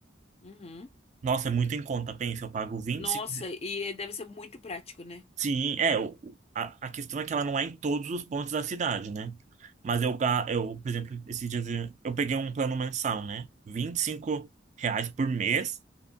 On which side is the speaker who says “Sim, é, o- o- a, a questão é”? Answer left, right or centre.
Right